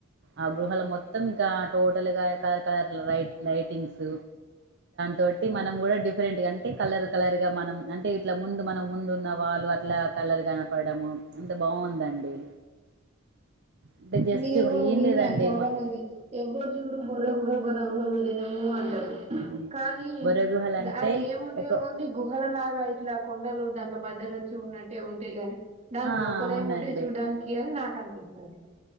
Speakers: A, on the right; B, on the right.
A: ఆ గూహల మొత్తం ఇంకా టోటల్ గా కలర్ కలర్ లై లైటింగ్స్ తోటి
B: ఆహా
A: మనం కూడా డిఫరెంట్ గాన్ అంటే కలర్ కలర్ గా మనం అంటే ఇట్లా ముందు మనం ముందు ఉన్న వాళ్ళు అట్లా కలర్ కనపడము అంత బాగుందండి అంటే జస్ట్
B: నిను
A: ఏం
B: విన్నా
A: లేదండి
B: చాలా
A: మొత్తం
B: మంది ఎవ్వరు జూడు బొర్రా గుహలు బొర్రా గుహలు వెళ్ళినాము అంటారు
A: హ్మ్.
B: కానీ
A: బొర్ర గుహలంటే
B: అడ ఏముంట అంటే
A: ఒక
B: ఓన్లీ గుహల లాగా ఇట్లా కొండలు దాన్ల మధ్యలో నుంచి ఉన్నట్టే ఉంటేయి గాని దాని
A: ఆ
B: లోపలే
A: అవునండి.
B: ఏమి ఉంటాయో చూడ్డానికి అని నాకు అనిపిత్తాంది